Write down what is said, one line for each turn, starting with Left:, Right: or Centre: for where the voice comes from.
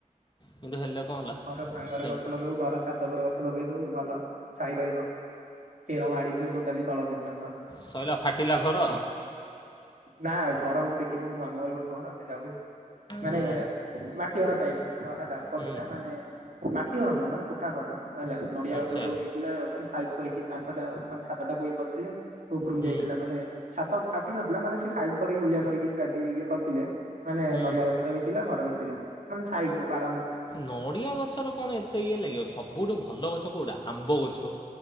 Left: କିନ୍ତୁ ହେଲେ କଣ ହେଲା
Right: ଘର ସାଙ୍ଗରେ
Left: ସେମିତି
Right: ଗଛ ଲଗେଇବୁ ଘର ଛାତ ଉପରେ ଗଛ ଲଗେଇ ଭଲ ଛାଇ ରହିବ ଚେର ମାଡିଯିବ ଟୋଟାଲି ତଳ ପର୍ଯ୍ୟନ୍ତ
Left: ସଇଲା ଫାଟିଲା ଘର
Right: ନା ଘର ମୁଁ ଦେଖଥିଲି ମୁଁ ମାମୁ ଘର ଗୋ ଘରଥିଲା ବୁଝିଲୁ ମାନେ
Left: ହୁଁ
Right: ମାଟି ଘର ଟାଇପ୍ ରହଲା <unintelligible>
Left: ହୁଁ
Right: ମାନେ ମାଟି ଘର ନୁହେଁ ମାନେ କୋଠା ଘର। ହେଲା ନଡିଆ
Left: ଆଚ୍ଛା
Right: ଗଛଠୁ ଉଠିଥିଲା ମାନେ ସାଇ କରିକି କାନ୍ତ ଟା ଆଉ ମାନେ ସାତଟାକୁ ଇଏ କରୁଥିଲେ ଉପରକୁ
Left: ହୁଁ
Right: ଯାଇଥିଲା ମାନେ ଛାତ ଫାଟି ନଥିଲା ମାନେ ସେ ସାଇଜ୍ କରିକି ଓଲିଆ କରିକି କାଟି ଇଏ କରିଥିଲେ ମାନେ
Left: ହୁଁ
Right: ନଡିଆ ଗଛଟା ବି ଥିଲା ଘର ବି ଥିଲା ମାନେ ସାଇରେ ବାର
Left: ନଡିଆ ଗଛର କଣ ଏତେ ଇଏ ଲାଗିବ ସବୁଠୁ ଭଲ ଗଛ କଉଟା ଆମ୍ବ ଗଛ?